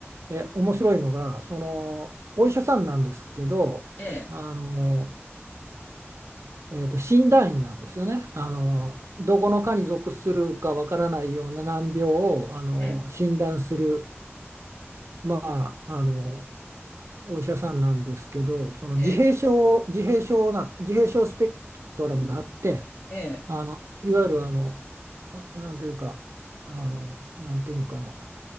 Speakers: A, on the right; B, on the left.
A: え、面白いのが、その、お医者さんなんですけど、
B: え、
A: あの、えーと、診断医なんですよね。あの、どこの科に属するかわからないような難病をあの診断する、
B: ええ、
A: まあ、あの、お医者さんなんですけど、その自閉症、
B: ええ、
A: 自閉症な、自閉症スペクトラムがあって、
B: ええ、
A: あの、いわゆるあの、あなんというか、あの、なんていうかな、